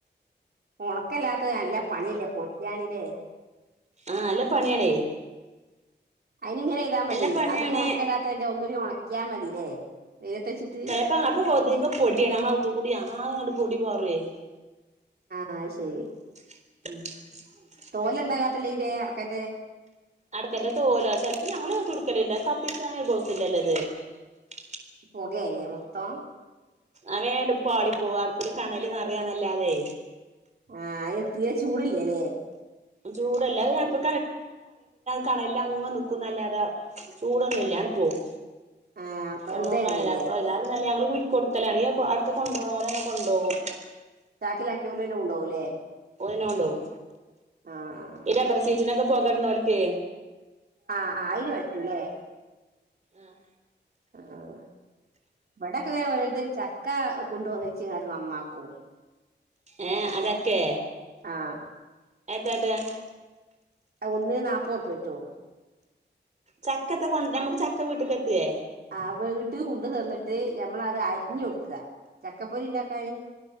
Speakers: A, on the right; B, on the right.
A: ഒണക്കല്ലാത്ത നല്ല പണിയല്ലേ പൊളിക്കാണില്ലേ
B: ആഹ് നല്ല പണിയാണേ
A: അയ്നിങ്ങനെ ചെയ്താ മതി
B: നല്ല പണിയാണ്
A: അധികം ഒൺക്കല്ലാത്തേനെ ഒന്നൂടി ഒൺക്കിയാ മതില്ലേ വെയ്ലത്തെച്ചിട്ട്
B: പ്പ അപ്പൊ പൊതികം പൊടിയാ <unintelligible>
A: ആഹ് അഹ് ശരി
B: <inaudible>
A: തോലെന്താ കാട്ടല് അയ്ന്റെ അടക്കന്റെ
B: അടക്കന്റെ തോല് ചെല്പ്പ ഞങ്ങളെതുട്ക്കലില്ല കത്തിച്ചാനോര് <unintelligible>
A: പോകയല്ലേ മൊത്തം
B: അഹ് വേണ്ട് പാളി പോകും അട്പ്പില് കണല് നറയ നല്ലാതെ
A: ആഹ് എത്തിയ ചൂട്ല്ലല്ലേ
B: ചൂടല്ലാതെ <unintelligible> കണലില്ലങ്ങനെ നിക്കുന്നലാതെ ചൂടൊന്നുംല്ലാ ആണ്ട് പോവും
A: ആഹ് വെറുതെയാണ്
B: <unintelligible>
A: അതില്ലേ
B: നല്ല ഞങ്ങള് കൊടുക്കലാണ് അടക്ക കൊണ്ടോണോലന്നെ അങ് കൊണ്ടോകും
A: ചാക്കിലാക്കിയോലന്നെ കൊണ്ടോവൂല്ലേ
B: ഓനന്നെ കൊണ്ടോവും
A: ആഹ് ആഹ്
B: ഈ ടബർസീറ്റിനൊക്കെ പോകട് നോൽക്കെ
A: ആഹ് ആഹ് അയിന് പറ്റുല്ലേ
B: ആഹ്
A: ആഹ് ഇവിടൊക്കെ ഓരോര്ത്തര് ചക്ക കൊണ്ടോന്നച്ചിങ്ങാണ്ട് നന്നാക്കും
B: ഏഹ് ആഹ് ചക്കെ
A: ആഹ്
B: <unintelligible>
A: ഒന്നിന് നാൽപ്പോർപ്യട്ടോ
B: ചക്കത്ത കൊണ്ട് നമുക്ക് ചക്ക വീട്ട്ക്ക് എത്തേ
A: ആഹ് വീട്ട് കൊണ്ടു തന്നിട്ട് ഞമ്മൾ അത് അരിഞ്ഞു കൊടുക്കുക ചക്കപ്പൊരി ഉണ്ടാക്കാന്